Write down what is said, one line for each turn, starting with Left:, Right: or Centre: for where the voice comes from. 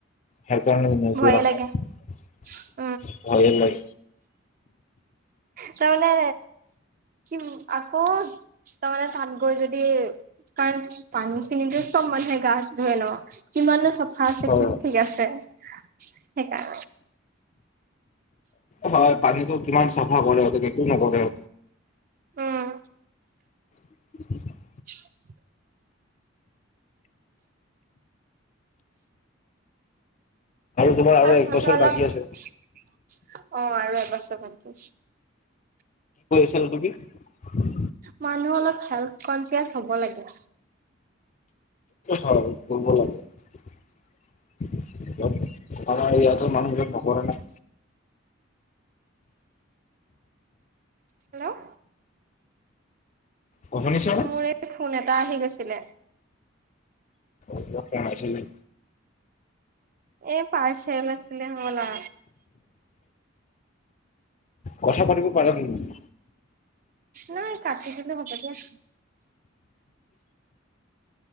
Left: সেইকাৰণে নোযোৱা
Right: ভয়ে
Left: হ'ল।
Right: লাগে <unintelligible>
Left: ভয়ে নাই।
Right: তাৰমানে কি আকৌ, তামানে তাত গৈ যদি, কাৰণ পানী খিনি তে চব মানুহে গা ধুৱে ন। কিমানো চফা আছে,
Left: হয়
Right: কি ঠিক আছে। সেইকাৰণে।
Left: হয়। পানীতো কিমান চাফা কৰে, সিহতে একো নাভাৱে।
Right: উম!
Left: <unintelligible>
Right: <inaudible>
Left: তোমাৰ
Right: আৰু
Left: এক
Right: মানে
Left: বছৰ
Right: অলপ,
Left: বাকী আছে
Right: অ' আৰু এবছৰ চৰ বাকী আছে <unintelligible>
Left: <unintelligible>
Right: মানুহ অলপ হেল্থ কনচিয়াচ হ'ব লাগে
Left: হয় কৰিব লাগে <unintelligible> আমাৰ ইয়াতো মানুহ নপঢ়া নে
Right: হেল্ল'
Left: অ শুনিছা নে
Right: মোৰ এই ফোন এটা আহি গৈছিলে
Left: কোৱা কিয় মাৰিছিলি
Right: এই পাৰছেল আছিলে হবলা
Left: কথা পাতিব পাৰা কিন্তু
Right: নাই কাটি দিলো হব দিয়া <unintelligible>